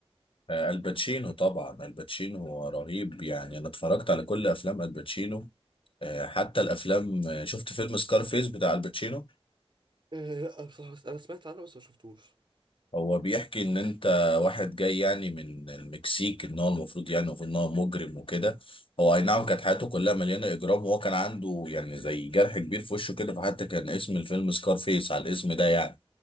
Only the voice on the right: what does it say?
آه، لا بصراحة بس انا سمعت عنه بس ما شفتوش
مم.